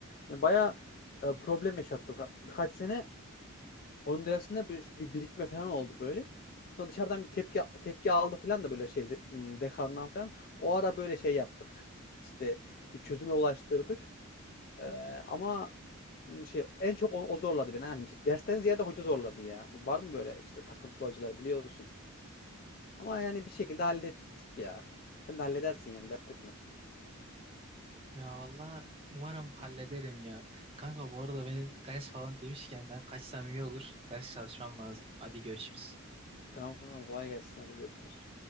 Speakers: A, on the left; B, on the right.
A: Yani bayağı e, problem yaşattı. Birkaç sene onun dersinde bir, bir birikme falan oldu böyle. Sonra dışarıdan bir tepki tepki aldı falan da böyle şey de- m, dekandan falan. O ara böyle şey yaptık. İşte bir çözüme ulaştırdık. Ee, ama şey en çok o, o zorladı beni. Yani dersten ziyade hoca zorladı ya. Var mı böyle işte takıntılı hocalar biliyorsun. Ama yani bir şekilde hallettik ya. Sen de halledersin yani dert etme.
B: Ya valla umarım hallederim ya. Kanka bu arada benim ders falan demişken ben kaçsam iyi olur. Ders çalışmam lazım. Hadi görüşürüz.
A: Tamam kankam kolay gelsin hadi görüşürüz.